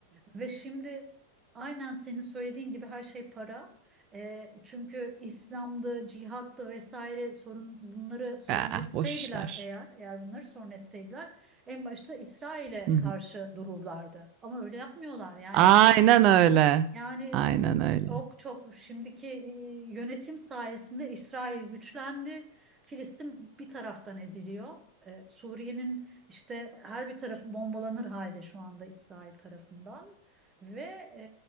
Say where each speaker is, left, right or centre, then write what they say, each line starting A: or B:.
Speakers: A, on the right; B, on the right.
A: Ve şimdi aynen senin söylediğin gibi her şey para. E, çünkü İslam'da cihat'ta vesaire sorun bunları sorun
B: Ah,
A: etseydiler
B: boş işler.
A: eğer, eğer bunları sorun etseydiler en başta İsrail'e
B: Hı hı.
A: karşı dururlardı. Ama öyle yapmıyorlar. Yani
B: Aynen öyle.
A: yani
B: Aynen öyle.
A: çok çok şimdiki e, yönetim sayesinde İsrail güçlendi. Filistin bir taraftan eziliyor. E, Suriye'nin işte her bir tarafı bombalanır halde şu anda İsrail tarafından. Ve e,